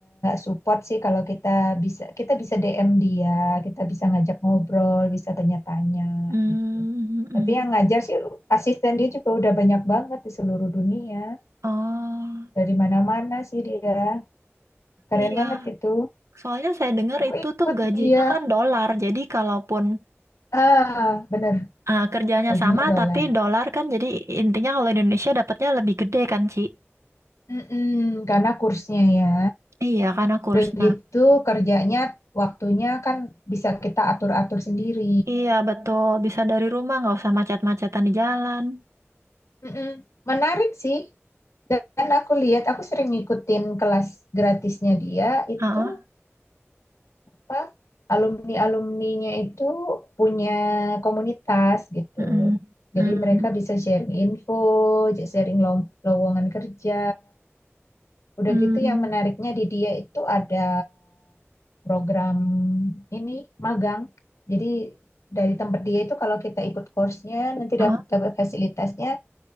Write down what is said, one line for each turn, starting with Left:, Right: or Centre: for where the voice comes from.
Left: support sih kalau kita bisa kita bisa DM dia, kita bisa ngajak ngobrol, bisa tanya-tanya
Right: mm,
Left: gitu.
Right: mm,
Left: Tapi
Right: mm.
Left: yang ngajar sih asisten dia juga udah banyak banget di seluruh dunia,
Right: oh,
Left: dari mana-mana sih dia. Keren
Right: iya.
Left: banget gitu.
Right: Soalnya saya dengar
Left: Aku
Right: itu
Left: ikut
Right: tuh gajinya
Left: dia.
Right: kan dolar. Jadi kalaupun
Left: Ah, bener,
Right: ah, kerjanya
Left: baginya
Right: sama
Left: dolar.
Right: tapi dolar kan jadi intinya kalau di Indonesia dapatnya lebih gede kan, Ci?
Left: Mm-mm, karena kursnya ya.
Right: Iya, karena kursnya.
Left: Udah gitu kerjanya waktunya kan bisa kita atur-atur sendiri
Right: Iya, betul. Bisa dari rumah, nggak usah macet-macetan di jalan.
Left: Mm-mm. Menarik sih. Dan aku lihat, aku sering ngikutin kelas gratisnya dia itu
Right: Heeh.
Left: apa alumni-alumninya itu punya komunitas gitu.
Right: Mm-mm.
Left: Jadi
Right: Mm.
Left: mereka bisa sharing info, j- sharing lo- lowongan kerja. Udah
Right: Mm.
Left: gitu yang menariknya di dia itu ada program ini magang. Jadi dari tempat dia itu kalau kita ikut course-nya nanti
Right: Heeh.
Left: dapat dapat fasilitasnya,